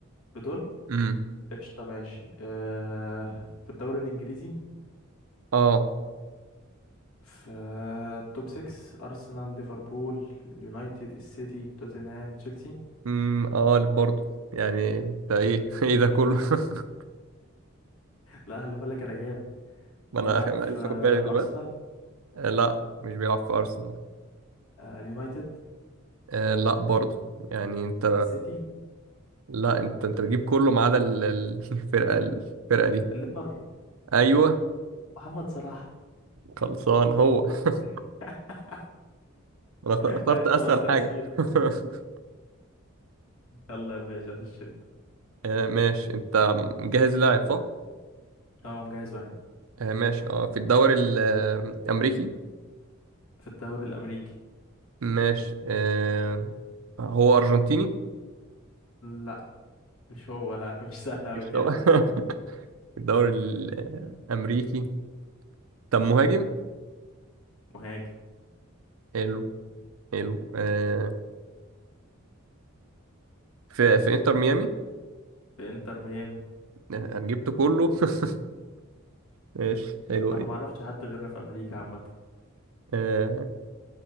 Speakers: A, on the left; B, on the right.
A: بدول
B: امم
A: قشطة ماشي آه في الدوري الانجليزي
B: اه
A: في التوب 6 ارسنال ليفربول اليونايتد السيتي توتنهام تشيلسي
B: امم اه برضه يعني انت ايه <laughs> ايه ده كله <laughs>
A: لا خلي بالك انا جامد بيلعب
B: ما انا أنا
A: في
B: لسه واخد بالي دلوقتي
A: ارسنال
B: آه لا مش بيلعب في ارسنال
A: آه، اليونايتد
B: آه لا برضه يعني انت
A: السيتي
B: لا انت انت بتجيب كله ما عدا ال- ال- <laughs> الفرقه الفرقه دي
A: الليفر
B: ايوه
A: محمد صلاح
B: خلصان هو <laughs>
A: <laughs>
B: انا اخترت
A: لا انت
B: اسهل
A: مصري
B: حاجه
A: اصيل
B: <laughs>
A: يلا يا باشا خش انت
B: آه ماشي انت مجهز لاعب صح
A: اه مجهز واحد
B: آه ماشي اه في الدوري ال- آه، الامريكي
A: في الدوري الامريكي
B: ماشي آه هو ارجنتيني
A: لا مش هو لا مش سهل أوي
B: مش
A: كده
B: هو <laughs> في الدوري الامريكي طب مهاجم
A: مهاجم
B: حلو حلو آه في في انتر ميامي
A: في انتر ميامي
B: آه، انا جبت كله <laughs> ماشي حلو
A: انا
B: ايه
A: ما اعرفش حد غيرنا في امريكا عامه
B: آه